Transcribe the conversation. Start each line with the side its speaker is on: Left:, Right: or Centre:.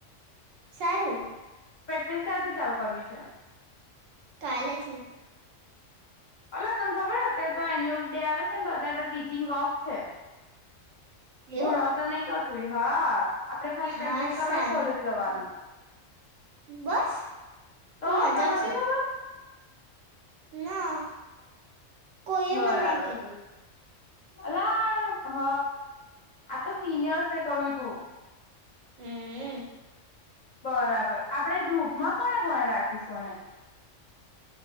Right: ચાલું.
Left: પ્રેક્ટિસ કાર થી ચાલું કરવી છે.
Right: કાલેથી.
Left: અલ તને ખબર હ અત્યારે તો એન્યુઅલ ડે આવે છે ને તો અત્યારે તો ટીચિંગ ઓફ છે. ભોણવતા
Right: એવું
Left: નહી ક સુઈ હ આપડણે ખાલી
Right: હા
Left: પ્રેક્ટિસ કરવા
Right: શાંતિ
Left: જ કોલેજ જવાનું
Right: બસ
Left: તો
Right: મજા
Left: તને
Right: આવશે
Left: નથી ખબર
Right: ના. કો એ
Left: બરાબર
Right: મને નહ કીધું.
Left: અલા હ આ તો સિનિયર્સે કહ્યું તું
Right: હમ.
Left: બરાબર આપણેે ગ્રુપમાં કોને કોને રાખીશુંને